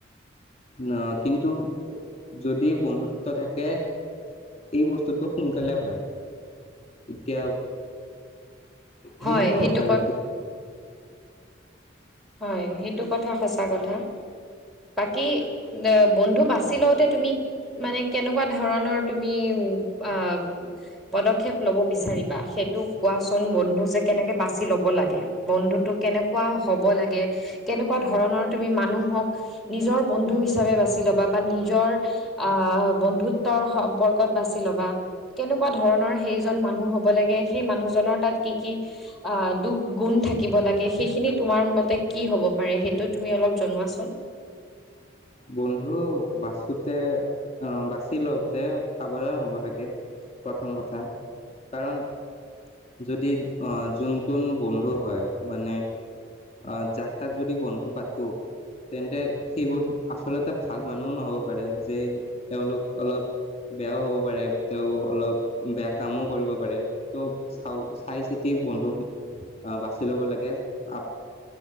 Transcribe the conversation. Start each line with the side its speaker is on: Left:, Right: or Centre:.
Left: ন, কিন্তু যদি বন্ধুত্ব থাকে এই বস্তুটো সোনকালে হয়। এতিয়া
Centre: হয়
Left: সেনেকুৱাই
Centre: সেইটো
Left: কথা আৰু
Centre: ক
Left: কি।
Centre: হয়, সেইটো কথা সঁচা কথা। বাকী এ, বন্ধু বাচি লওঁতে তুমি মানে কেনেকুৱা ধৰণৰ তুমি, আহ পদক্ষেপ ল'ব বিচাৰিবা। সেইটো কোৱাচোন বন্ধু যে কেনেকে বাচি ল'ব লাগে। বন্ধুতো কেনেকুৱা হ'ব লাগে, কেনেকুৱা ধৰণৰ তুমি মানুহক নিজৰ বন্ধু হিচাপে বাচি ল'বা বা নিজৰ আহ বন্ধুত্বৰ সম্পৰ্কত বাছি ল'বা। কেনেকুৱা ধৰণৰ সেইজন মানুহ হ'ব লাগে, সেই মানুহজনৰ তাত কি কি আহ, দুখ গুণ থাকিব লাগে, সেইখিনিত তোমাৰ মতে কি হ'ব পাৰে, সেইটো তুমি অলপ জনোৱাচোন।
Left: বন্ধু বাচোতে আহ, বাচি লওঁতে সাৱধান হ'ব লাগে প্ৰথম কথা, কাৰণ যদি আহ, যোনটোন বন্ধু হয়। মানে আ, যাক তাক যদি বন্ধু পাতো তেন্তে সেইবোৰ আচলতে ভাল মানুহও নহ'ব পাৰে যে, তেওঁলোক অলপ বেয়াও হ'ব পাৰে, তেওঁ অলপ বেয়া কামো কৰিব পাৰে, ত' চাওঁ, চাই-চিতি বন্ধু আহ, বাচি ল'ব লাগে। আ